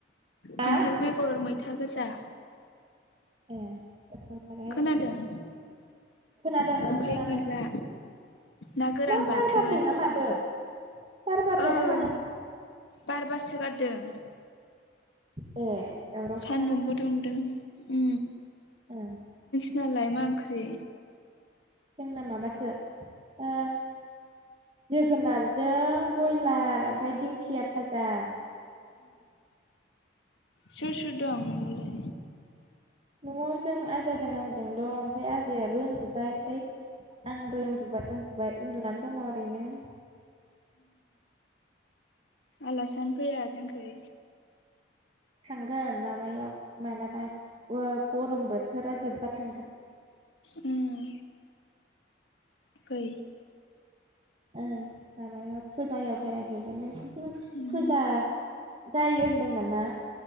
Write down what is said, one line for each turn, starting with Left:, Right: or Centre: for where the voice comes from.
Right: हा
Left: खान्थाल बेगर मैथा गोजा।
Right: ए गोथावथार हाइ।
Left: खोनादों
Right: खोनादों
Left: ओमफाय
Right: ओ खोनादों।
Left: गैला ना गोरान
Right: मा
Left: बाथोन
Right: बार बारदोंना मादों बार बारदोंना
Left: ओं
Right: मादों?
Left: बार बारसोगारदों।
Right: ए दावराव
Left: सान्दुंबो दुंदों उ
Right: औ।
Left: नालाय मा ओंख्रि?
Right: जोंना माबासो ओ जोगोनारजों बयलार। ओमफ्राय दिंखिया भाजा।
Left: सोर सोर दं न'आवलाय?
Right: न'आव जों आजाजों आंजोंल' ओमफ्राय आयाबो उन्दुबबाय ओमफ्राय आंबो उन्दुबाय उन्दुबाय उन्दुनानै दङ ओरैनो।
Left: आलासिजानो फैया जोंखै
Right: थांगोन माबायाव मालाबा गरम बोथोरा जोबबा थांगोन
Left: उम फै
Right: ओं माबायाव फुजायाव बेरायहैगोन नोंसिनिथिं
Left: उम
Right: फुजा जायो होनदों नामा